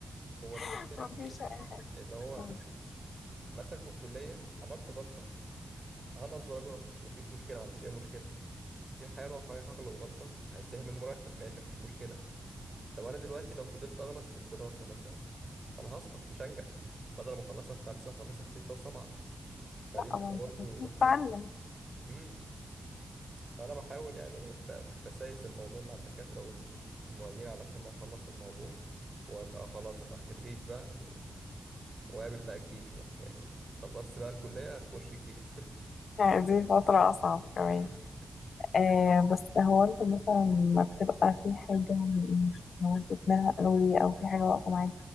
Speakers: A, on the right (about 45°); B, on the left (about 80°).
A: هو المشكله
B: <laughs> ما
A: في
B: فيش
A: ايه
B: أي حاجة
A: اللي هو
B: م-
A: مثلا في الكليه عملت غلطه هنقص درجات مفيش مشكله ما عنديش اي مشكله في الحياه الواقعيه هغلط غلطه هيتسحب من المرتب ماشي مفيش مشكله طب انا دلوقتي لو فضلت اغلط في الدراسه مثلا ما انا هسقط مش هنجح بدل ما اخلصها في خمسه اخلصها في سته وسبعه فدي
B: لا
A: بتبقى
B: ما أنت
A: برضو
B: المفروض
A: حاجه
B: تتعلم
A: امم فانا بحاول يعني ب- بسايس الموضوع مع الدكاتره وال- والمعيدين علشان اخلص الموضوع وابقى خلاص ابقى خريج بقى و- واقابل بقى الجيش بقى يعني خلصت بقى الكليه اخش الجيش
B: يعني دي فترة أصعب كمان
A: <laughs>
B: آه بس هو أنت مثلا ما بتبقى في حاجة مش موجود منها قوي أو في حاجة واقفة معاك